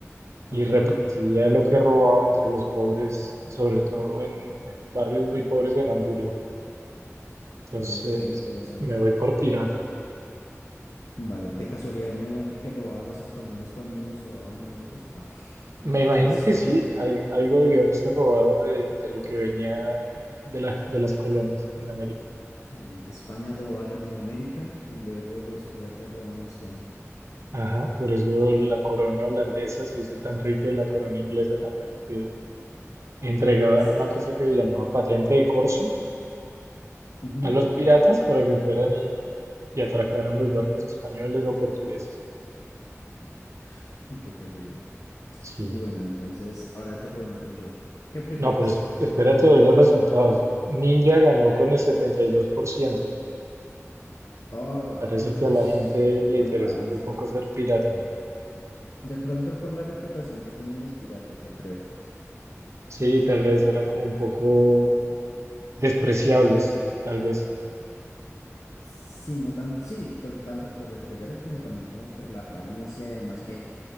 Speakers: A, on the right; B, on the left.
A: y
B: Ok.
A: repartía lo que robaba entre los pobres, sobre todo en, en barrios muy pobres de Hamburgo. Entonces,
B: Ok, interesante.
A: me voy por pirata.
B: Vale. De casualidad no era el que robaba a los españoles cuando nos robaban a nosotros. Ah. <laughs>
A: Me
B: O
A: imagino
B: sea, los españoles.
A: que sí, al- algo debió haberse robado de, de lo que venía de, la- de las colonias en América.
B: sí, España robaba a Latinoamérica y luego los piratas robaban a España.
A: Ajá, por eso la corona holandesa se hizo tan rica y la corona inglesa también, porque entregaban
B: Sí.
A: una cosa que se llamaba patente de corso
B: Ujú.
A: a los piratas para que fueran y, y atracaran los barcos españoles o portugueses.
B: <laughs> Qué terrible.
A: Sí.
B: Bueno, entonces ahora te pregunto yo, ¿qué prefieres?
A: No, pero es- espérate de los resultados. Ninja ganó con el 72%.
B: Oh,
A: Parece
B: ok,
A: que a
B: <laughs> ush,
A: la gente le
B: una
A: interesa
B: paliza.
A: muy poco ser pirata, ¿no?
B: De pronto por la reputación que tienen los piratas, yo creo.
A: Sí, tal vez era como un poco despreciables, tal vez.
B: Sí, no tan, sí, pues tanto por despreciarles como también como por la apariencia y además que,